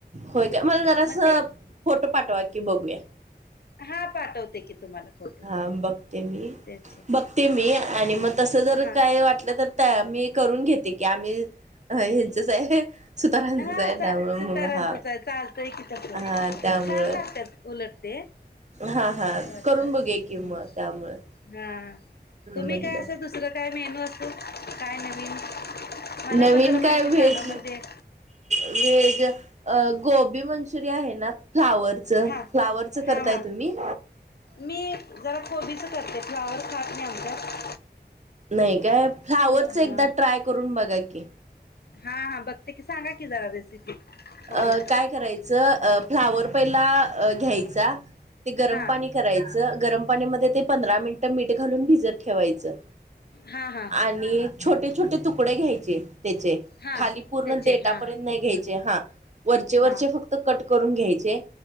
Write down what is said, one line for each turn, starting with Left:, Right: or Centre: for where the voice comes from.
Right: होय काय मला जरास
Left: मग ते
Right: फोटो पाठवा की बघूया
Left: हा पाठवते की तुम्हाला फोटो
Right: हा बघते मी
Left: त्याचे
Right: बघते मी आणि मग तस जर
Left: हा
Right: काय वाटलं तर मी करून घेते की आम्ही ह्याचच आहे. सुतारांचंच
Left: हा
Right: आहे
Left: चा
Right: त्यामुळे
Left: सुतारांचच
Right: मग हा
Left: चालयकी तस
Right: हा त्यामुळं
Left: छान लागतात उलटते
Right: हा हा
Left: मस्त वाटतात
Right: करून बघे कि
Left: ह
Right: मग त्यामुळं
Left: हा तुम्ही
Right: म्हटलं
Left: काय असं दुसरं काय मेनू असू काय नवीन मला
Right: नवीन
Left: पण जरा
Right: काय
Left: माहिती
Right: व्हेज
Left: सांगा म्हणजे
Right: व्हेज अ गोबी मंचुरिया आहे ना फ्लावरच
Left: हां
Right: फ्लावरचं
Left: हां
Right: करताय
Left: हां
Right: तुम्ही
Left: मी जरा कोबीचं करते फ्लावर काढन्याअगोदर
Right: नाही काय फ्लावरच
Left: हां
Right: एकदा ट्राय करून बघा की
Left: हा हा बघते की सांगा की जरा रेसिपी
Right: अ
Left: बघूया
Right: काय करायचं फ्लावर पहिला घ्यायचा ते गरम
Left: हां
Right: पाणी करायचं गरम पाणीमध्ये ते पंधरा मिनिटं मीठ घालून भिजत ठेवायचं
Left: हा हा
Right: आणि छोटे छोटे तुकडे घ्यायचे त्याचे
Left: हां
Right: खाली पूर्ण
Left: त्याचे
Right: डेटापर्यंत
Left: हां हां
Right: नाही घ्यायचे हा वरचे वरचे
Left: हां
Right: फक्त कट करून घ्यायचे